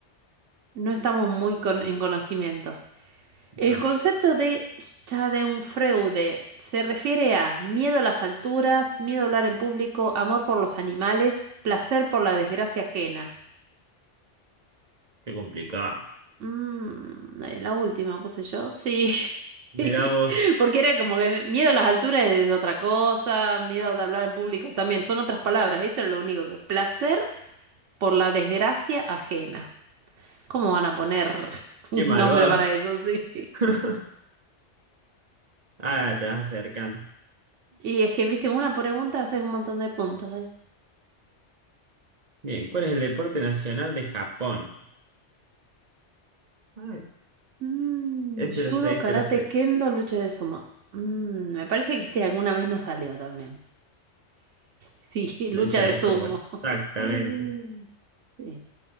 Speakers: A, on the right (about 85°); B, on the right (about 40°).
A: no estamos muy con- en conocimiento. El
B: No,
A: concepto de Schadenfreude se refiere a miedo a las alturas, miedo a hablar en público, amor por los animales, placer por la desgracia ajena.
B: qué complicado.
A: Mm, eh, la última puse yo. Sí.
B: Mirá
A: <laughs>
B: vos.
A: Porque era como que miedo a las alturas es otra cosa, miedo de hablar en público también, son otras palabras, eso era lo único que. Placer por la desgracia ajena. ¿Cómo van a poner <laughs> un
B: Qué malvado.
A: nombre para eso? Sí.
B: <laughs> Ah, te vas acercando.
A: Y es que, viste, una pregunta haces un montón de puntos. ¿eh?
B: Bien, ¿cuál es el deporte nacional de Japón? Ay,
A: Mm,
B: este
A: judo,
B: lo sé, este
A: karate,
B: lo sé.
A: kendo, lucha de sumo. Mm, me parece que este alguna vez nos salió también. Sí, <laughs>
B: Lucha
A: lucha de
B: de
A: sumo.
B: subas.
A: <gasps>
B: Exactamente.
A: Mm. Sí.